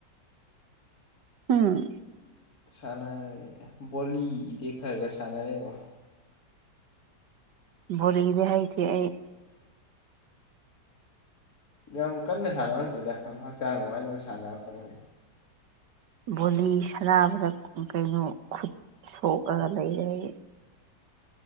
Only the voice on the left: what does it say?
ꯁꯥꯟꯅ ꯕꯣꯂꯤꯗꯤ ꯈꯔ ꯈꯔ ꯁꯥꯟꯅꯔꯦꯒꯣ
ꯌꯥꯝ ꯀꯟꯅ ꯁꯥꯟꯅꯕ ꯅꯠꯇꯦꯗ ꯁꯨꯝ ꯍꯛꯆꯥꯡ ꯅꯨꯡꯉꯥꯏꯅꯕ ꯁꯥꯟꯅꯔꯛꯄꯅꯦ ꯈꯣꯏꯗꯤ